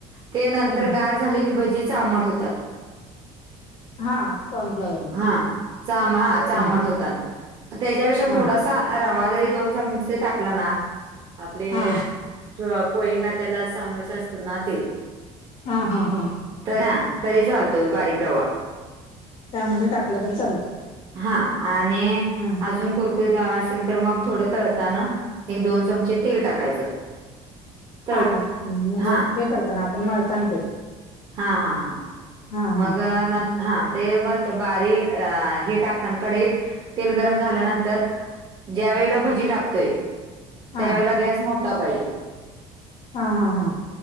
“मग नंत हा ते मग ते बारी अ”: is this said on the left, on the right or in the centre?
Right